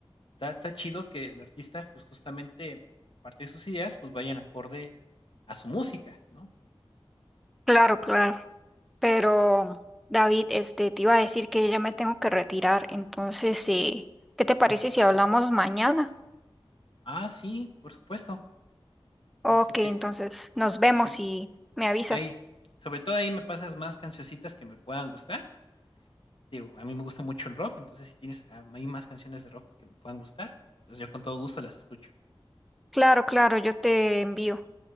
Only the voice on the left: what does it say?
está, está chido que el artista, pues justamente parte de sus ideas, pues vayan acorde a su música, ¿no?
Ujú.
Ah, sí, por supuesto.
Así que,
sí,
ahí, sobre todo ahí me pasas más cancioncitas que me puedan gustar Digo, a mí me gusta mucho el rock, entonces, si tienes a mí más canciones de rock que me puedan gustar, pues yo con todo gusto las escucho.